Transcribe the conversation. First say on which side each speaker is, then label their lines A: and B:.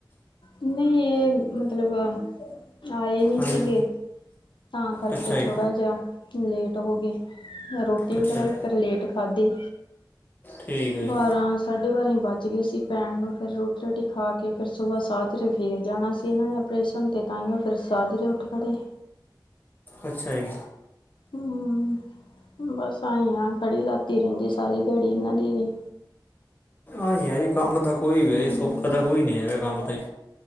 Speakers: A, on the left; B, on the left.
A: ਨਹੀਂ ਇਹ ਮਤਲਬ, ਆਏ ਨੀ
B: ਹਾਂਜੀ
A: ਸੀਗੇ ਤਾਂ ਕਰਕੇ
B: ਅੱਛਾ ਜੀ
A: ਥੋੜ੍ਹਾ ਜਿਹਾ, ਕੀ ਲੇਟ ਹੋਗੇ। ਰੋਟੀ ਵਗੈਰਾ
B: ਅੱਛਾ ਜੀ
A: ਵੀ ਫਿਰ ਲੇਟ ਖਾਧੀ।
B: ਠੀਕ ਆ ਜੀ।
A: ਬਾਰਾਂ, ਸਾਢੇ ਬਾਰਾਂ ਈ ਵੱਜਗੇ ਸੀ ਪੈਣ ਨੂੰ। ਫਿਰ ਰੋਟੀ-ਰੂਟੀ ਖਾ ਕੇ, ਫਿਰ ਸੁਬਾਹ ਸਾਜਰੇ ਫੇਰ ਜਾਣਾ ਸੀ। ਇਹਨਾਂ ਨੇ ਆਪ ਕਿ੍ਸ਼ਨ ਤੇ ਤਾਈਉ ਫਿਰ ਸਾਜਰੇ ਉੱਠ ਖੜੇ।
B: ਅੱਛਾ ਜੀ।
A: ਹਮ, ਬਸ ਆਂਈ ਆ। ਖੜੀ ਲੱਤ ਈ ਰਹਿੰਦੀ ਸਾਰੀ ਦਿਹਾੜੀ ਇਹਨਾਂ ਦੀ ਵੀ।
B: ਆਂਈ ਆ ਜੀ। ਕੰਮ ਤਾਂ ਕੋਈ ਵੀ
A: ਹਮ,
B: ਆ ਜੀ, ਸੌਖਾ ਤਾਂ ਕੋਈ ਨੀ ਹੈਗਾ ਕੰਮ ਤੇ।